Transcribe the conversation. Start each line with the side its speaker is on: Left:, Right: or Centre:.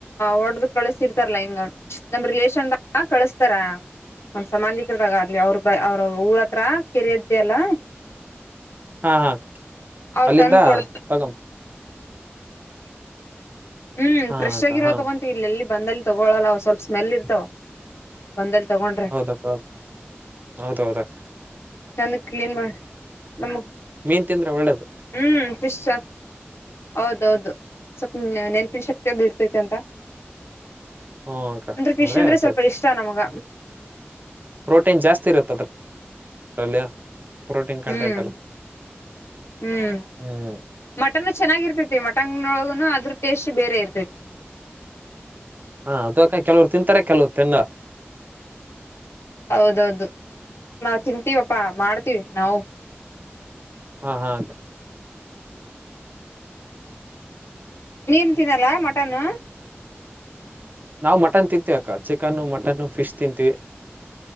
Left: ಹೊಡ್ದ ಕಲ್ಸ್ಥಿರ್ತರಲ್ಲ ಹಿಂಗ ನಮ್ ರಿಲೇಷನ್. ಕಳಸ್ತಾರ. ನಮ್ ಸಂಬಂಧಿಕರದಾಗ ಅಲಿ ಅವ್ರ ಊರತ್ರ ಕೆರೆ ಆಯ್ತೆ ಅಲ್ಲ.
Right: ಹಾ ಹಾ
Left: ಅವ್ರು
Right: ಅಲ್ಲಿಂದ
Left: ತಂದ್ ಕೊಡ್ತ
Right: ತಗಂ.
Left: ಹ್ಮ್
Right: ಹಾ
Left: ಫ್ರೆಶ್
Right: ಅಕ್ಕ
Left: ಆಗಿರೋ
Right: ಹಾ
Left: ತಗೊಂತತೀ ಇಲ್ಲೆಲ್ಲಿ ಬಂದಲ್ಲಿ ತಗೊಳಲ್ಲ ಸ್ವಲ್ಪ ಸ್ಮೆಲ್ ಇರ್ತವ ಬಂದಲ್ಲಿ. ತಗೊಂಡ್ರೆ
Right: ಹೌದಕ್ ಹೌದು ಹೌದೌದಕ್.
Left: <unintelligible> ಕ್ಲೀನ್ ಮಾಡ ನಮ್ಮ.
Right: ಮೀನ್ ತಿಂದ್ರೆ ಒಳ್ಳೇದು
Left: ಹ್ಮ್ ಫಿಶ್ ಹೌದೌದು. ಸ್ವಲ್ಪ್ ನೆನಪಿನ ಶಕ್ತಿ ಅದು ಇರ್ತೈತಿ ಅಂತ.
Right: ಹ್ಮ ಅಕ್ಕ
Left: ಅಂದ್ರೆ ಫಿಶ್ ಅಂದ್ರೆ
Right: ಅದು
Left: ಸ್ವಲ್ಪ ಇಷ್ಟ ನಮಗ.
Right: ಪ್ರೋಟೀನ್ ಜಾಸ್ತಿ ಇರುತ್ತೆ ಅದ್ರ ಪ್ರೋಟೀನ್ ಕಂಟೆಂಟ್
Left: ಹ್ಮ್
Right: ಎಲ್ಲ.
Left: ಹ್ಮ್
Right: ಹ್ಮ್
Left: ಮಟನ್ ಚೆನ್ನಾಗಿರ್ತೇತಿ ಮಟನ್ ನೊಳಗನು ಅದ್ರ. ಟೇಸ್ಟ್ ಬೇರೆ ಇರ್ತದೆ.
Right: ಹಾ ಅದುಕ ಕೆಲವ್ರು ತಿಂತಾರೆ ಕೆಲವ ತಿನ್ನಲ್ಲ.
Left: ಹೌದೌದು ನಾವು ತಿಂತೀವಪ್ಪಾ ಮಾಡ್ತೀವಿ ನಾವು.
Right: ಹಾ ಹಾ
Left: ನೀನ್ ತಿನ್ನಲ್ಲ ಮಟನ್.
Right: ನಾವು ಮಟನ್ ತಿಂತೀವಿ ಅಕ್ಕ ಚಿಕನ್ನು ಮಟನ್ನು ಫಿಶ್ ತಿಂತೀವಿ.